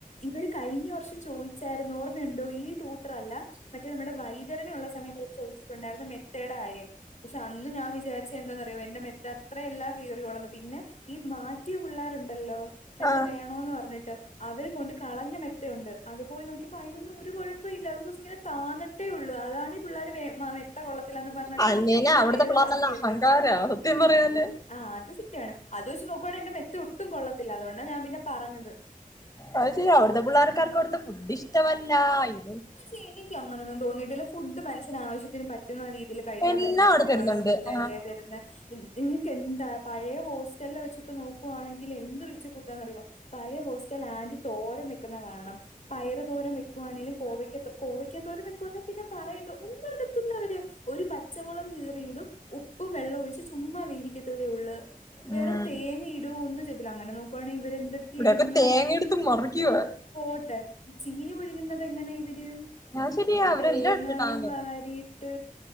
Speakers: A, on the left (about 55°); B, on the left (about 25°).
A: ഇവർ കഴിഞ്ഞ വർഷം ചോദിച്ചായിരുന്നു ഓർമ്മയുണ്ടോ ഈ ടൂട്ടർ അല്ല മറ്റേ നമ്മുടെ വൈദ്യ <unintelligible> സമയത്ത് ചോദിച്ചിട്ടുണ്ടായിരുന്നു മെത്തയുടെ കാര്യം പക്ഷെ അന്ന് ഞാൻ വിചാരിച്ച എന്താറിയോ എന്റെ മെത്ത അത്രയല്ല കീറി വളർന്നു പിന്നെ ഈ മാറ്റിയ പിള്ളേരുണ്ടല്ലോ മെത്ത
B: ആഹ്
A: വേണോന്ന് പറഞ്ഞിട്ട് അവർ കൊണ്ട് കളഞ്ഞ മെത്ത ഉണ്ട് അതുപോയി നോക്കിയപ്പോ അതിനൊന്നും ഒരു കുഴപ്പം ഇല്ലാന്ന് വെച്ചെ താന്നട്ടേ ഉള്ളു അതാണ് ഈ പിള്ളേർ മെത്ത കൊള്ള കൊള്ളാതില്ലന്ന് പറഞ്ഞിട്ട്
B: അല്ലേലും
A: പുതിയത്
B: അവിടുത്തെ പിള്ളേർനെല്ലാം
A: ആക്കിയത്
B: അഹങ്കാര സത്യം പറയാല്
A: ആഹ് അത് സത്യമാണ് അത് വെച്ച് നോക്കുവാണെങ്കിൽ എന്റെ മെത്ത ഒട്ടും കൊള്ളത്തി ത്തില്ല അതൊണ്ടാ ഞാൻ പിന്നെ പറഞ്ഞ
B: അത്ശെരിയാ അവടെത്തെ പിള്ളേർക്കാർക്കും ഇവടെത്തെ ഫുഡിഷ്ടവല്ല ഇ
A: പഷേ എനിക്ക് അങ്ങനൊന്നും തോന്നിട്ടില്ല ഫുഡ് മനുഷ്യൻ ആവശ്യത്തിന് പറ്റുന്ന രീതില് കഴിക്കാൻ
B: എല്ലാം
A: പറ്റുന്ന
B: അവിടെ
A: രീതിയിലോള്ള
B: തരുന്നുണ്ട്
A: ഫുഡ്
B: ആ
A: അല്ലേ തരുന്നേ എന്നിട്ടെന്താ പഴേ ഹോസ്റ്റലിൽ വെച്ചിട്ട് നോക്കുവാണെങ്കിൽ എന്ത് റിച്ച് ഫുഡ് ആന്നറിയോ പഴയ ഹോസ്റ്റൽ ആൻറ്റി തോരം വെക്കുന്ന കാണണം പയറ് തോരം വെക്കുവാണെലും കോവയ്ക്ക കോവയ്ക്കത്തോരൻ വെയ്ക്കുവാ പിന്നെ പറയണ്ട ഒന്നിടത്തിൽ അവർ ഒരു പച്ചമുളക് കീറിയിടും ഉപ്പും വെള്ളം ഒഴിച്ച് ചുമ വേവിക്കത്തതേ ഒള്ള്
B: ഉം
A: വേറെ തേങ്ങേ ഇടുവോ ഒന്നും ചെ ത്തില്ല അങ്ങനെ നോക്കുവാണെ അവരെന്തൊക്കെ
B: ഇവിടെയൊക്കെ
A: ഇട്ന്ന്
B: തേങ്ങ എടുത്ത് മറിക്കുവാ
A: പോട്ടെ ചീനി പുഴുങ്ങുന്ന ത് എങ്ങനെ ഇവര് ട്ട്
B: അത് ശരിയാ അവരെല്ലാം
A: തേങ്ങായും
B: ഇട്ടിട്ടാണ്
A: വാരിയിട്ട്